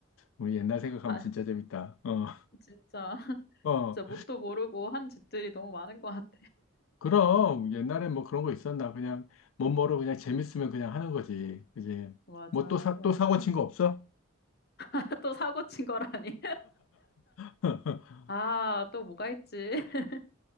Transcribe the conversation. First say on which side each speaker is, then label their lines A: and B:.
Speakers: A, on the left; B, on the left.
A: 우리 옛날 생각하면
B: 아,
A: 진짜 재밌다 어
B: 진짜.
A: 어.
B: 진짜 뭣도 모르고 한 짓들이 너무 많은 것 같아.
A: 그럼 옛날에 뭐 그런 거 있었나 그냥 못 모르고 그냥 재밌으면 그냥 하는 거지 그지
B: 맞아,
A: 뭐 또 사
B: 맞아.
A: 또 사고 친 거 없어?
B: <laughs> 또 사고 친 거라니.
A: <laughs>
B: 아, 또 뭐가 있지? <laughs>